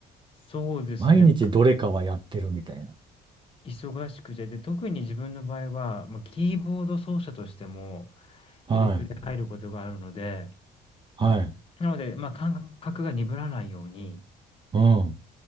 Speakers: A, on the left; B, on the right.
A: そうですね。
B: 毎日どれかはやってるみたいな。
A: 忙しくて、で、特に自分の場合は、ま、キーボード奏者としても、
B: はい。
A: ヘルプで入ることがあるので、
B: はい。
A: なので、ま、感覚が鈍らないように、
B: うん。